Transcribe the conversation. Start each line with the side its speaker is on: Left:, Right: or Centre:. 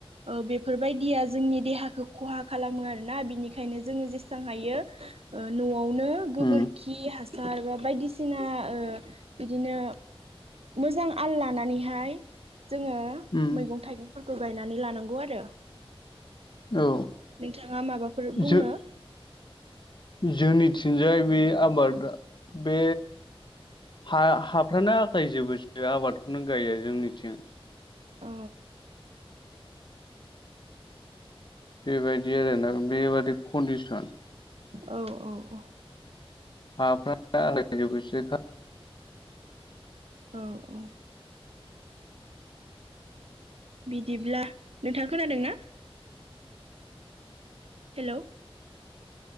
Right: ओ बेफोरबायदिया जोंनि देहाखौ खहा खालामो आरो ना बिनिखायनो जोङो जेसे हायो ओ न' आवनो गोबोरखि
Left: उम
Right: हा सार बा बायदिसिना ओ बिदिनो मोजां आल लानानैहाय जोङो
Left: उम
Right: मैगं थाइगंफोरखौ गायनानै लानां गौ आरो
Left: औ
Right: नोंथाङा माबाफोर बुंनो
Left: जो जोंनिथिंजाय बे आबादा बे हा-हाफ्रानो आग्लायजोबोसो आबादखौनो गाया जोंनिथिं।
Right: औ।
Left: बेबायदि आरो ना बेबादि कन्डिसन
Right: औ औ औ
Left: हाफ्रानो आग्लायजोबोसो।
Right: औ औ। बिदिब्ला नोंथाङा खोनादों ना? Hello